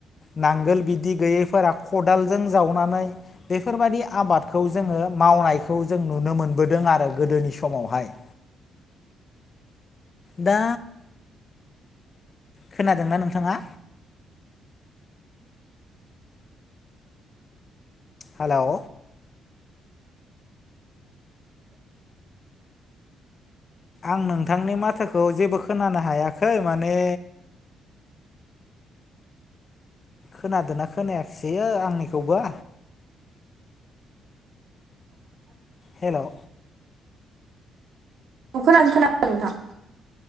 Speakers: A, on the left (about 40°); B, on the right (about 65°).
A: नांगोल बिदि गैयैफोरा खदालजों जावनानै बेफोरबायाददि आबादखौ जोङो मावनायखौ जों नुनो मोन बोदों आरो गोदोनि समावहाय दा खोनादोंना नोंथाङा। हेलौ। आं नोंथांनि माथोखौ जेबो खोनानो हायाखै माने खोनादोंना खोनायाखिसैयो आंनिखौबो? हेलौ
B: न खोनानो खोनादों नोंथां।